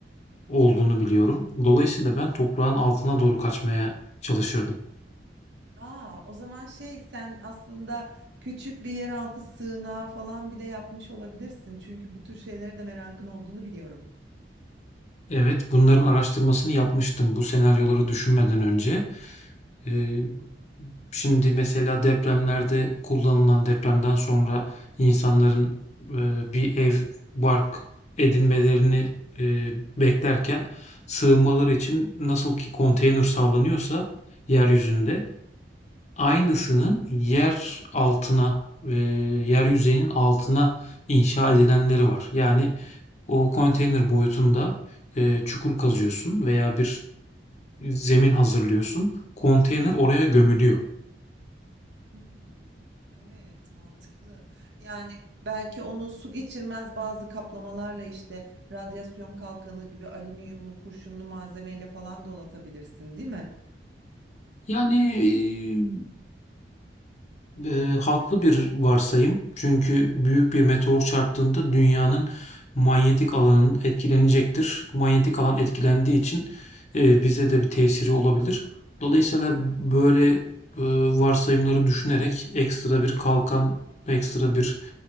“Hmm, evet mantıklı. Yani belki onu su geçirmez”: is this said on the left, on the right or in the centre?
Right